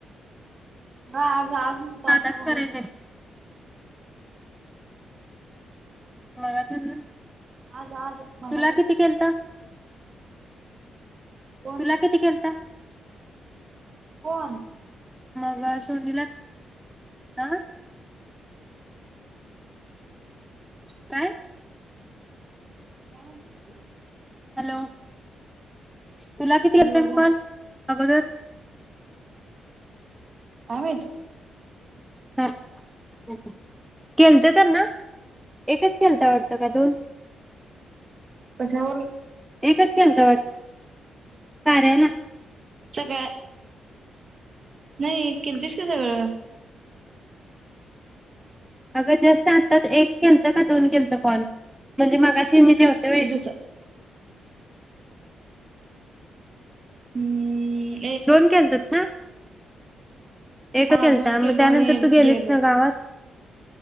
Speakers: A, on the right; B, in the centre.
A: म आज आज नुसता आता
B: आताच
A: मगाशी
B: करायचं मागच्यानं जरी
A: आज आज मगाच्यान
B: तुला किती केलतं?
A: कोण
B: तुला किती केेलता?
A: कोन?
B: <inaudible> सोनीला आ काय?
A: काय म्हनलीस तू?
B: हॅलो, तुला किती केलतं
A: हॅलो
B: मी
A: ग
B: कॉल? अगोदर
A: काय माहित?
B: <unintelligible> केलतं त्यांना? एकच केलता वाटतं का दोन?
A: कशावरुन?
B: एकच केलता वाट <inaudible>
A: सगळ्या नाही केलतीस का सगळं.
B: अगं जास्त हातात एक केलतं का दोन केलतं कॉल, म्हणजे मगाशी मी <unintelligible> होते व्हय?
A: दुस किती?
B: दोन केलता त एकं
A: हा
B: केलता,
A: दोन केलो
B: मग त्यानंतर
A: आणि एक
B: तू गेलीस
A: गेलो
B: ना गावात?